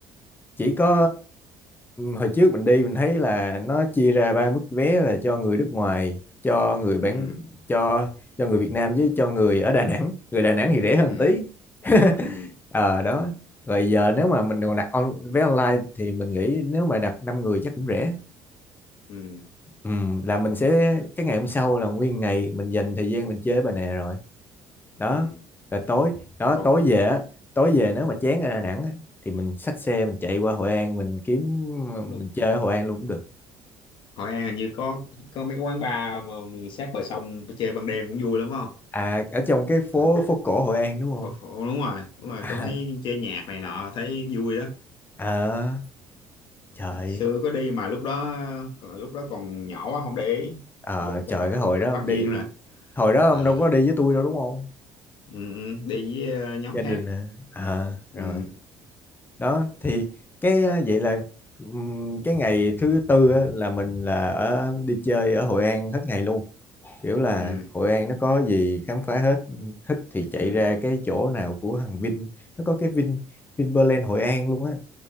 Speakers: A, on the left; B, on the left.
A: chỉ có hồi trước mình đi mình thấy là nó chia ra ba mức vé là cho người nước ngoài cho người bản
B: ừ
A: cho cho người Việt Nam với cho người ở Đà Nẵng người Đà Nẵng thì rẻ hơn
B: ừ
A: tí <laughs>
B: ừ
A: ờ đó rồi giờ nếu mà mình còn đặt on, vé online thì mình nghĩ nếu mà đặt 5 người chắc cũng rẻ
B: ừ
A: ừ, là mình sẽ cái ngày hôm sau là nguyên ngày mình dành thời gian mình chơi với bà nè rồi đó
B: ừ
A: là tối đó
B: còn
A: tối về á tối về nếu mà chán ở Đà Nẵng á, thì mình xách xe mình chạy qua Hội An mình kiếm
B: đúng.
A: mình chơi ở Hội An luôn cũng được
B: Hội An hình như có có mấy cái quán bar mà sát bờ sông chơi ban đêm cũng vui lắm phải không
A: à ở trong cái phố
B: ừ,
A: phố cổ Hội An đúng không
B: phổ, phổ, đúng rồi đúng rồi
A: <laughs>
B: có
A: à,
B: thấy chơi nhạc này nọ thấy vui đó
A: ờ, trời
B: Hồi xưa có đi mà lúc đó còn lúc đó còn nhỏ quá không để ý
A: ờ,
B: giờ
A: trời
B: chắc là
A: cái hồi đó ông
B: phát
A: đi
B: triển rồi
A: hồi đó ông
B: à,
A: đâu có đi với tôi đâu đúng không
B: ừ, ừ, đi với ờ, nhóm
A: gia
B: khác
A: đình hả à, rồi
B: ừ,
A: đó thì cái ờ, vậy là ừm, cái ngày thứ tư á, là mình là ở đi chơi ở Hội An hết ngày luôn kiểu là
B: ừ,
A: Hội An nó có gì khám phá hết thích thì chạy
B: ừ,
A: ra cái chỗ nào của thằng Vin nó có cái Vin Vinpearl Hội An luôn á